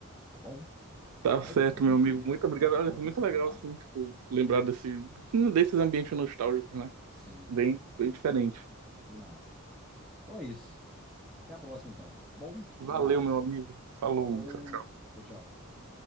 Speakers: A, in the centre; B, on the right.
A: tá bom?
B: Tá certo,
A: Aí depois
B: meu
A: a gente,
B: amigo.
A: gente,
B: Muito obrigado.
A: a gente
B: Olha,
A: volta
B: foi muito
A: a se
B: legal,
A: falar.
B: assim, tipo, lembrar desse, desses ambientes nostálgicos, né?
A: Sim,
B: Bem,
A: sim.
B: bem diferente.
A: Bem massa. Então é isso. Até a próxima, então, tá bom?
B: Valeu,
A: Um abraço.
B: meu amigo. Falou,
A: Falou.
B: tchau, tchau.
A: Tchau, tchau.